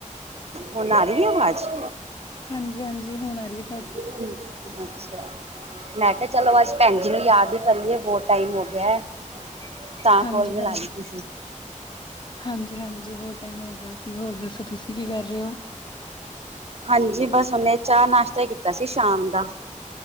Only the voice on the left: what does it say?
ਹਾਂਜੀ- ਹਾਂਜੀ ਹੁਣ ਆ ਰੀ ਏ।
ਹਾਂਜੀ
ਹਾਂਜੀ
ਹਾਂਜੀ- ਹਾਂਜੀ ਬਹੁਤ ਟਾਈਮ ਹੋ ਗਿਆ ਸੀ, ਹੋਰ ਦੱਸੋ ਤੁਸੀਂ ਕੀ ਕਰ ਰੇ ਓ।